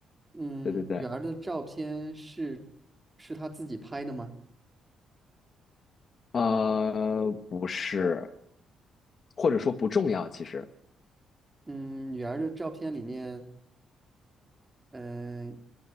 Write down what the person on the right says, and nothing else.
嗯，
女儿的照片是是她自己拍的吗？
嗯，女儿的照片里面，嗯、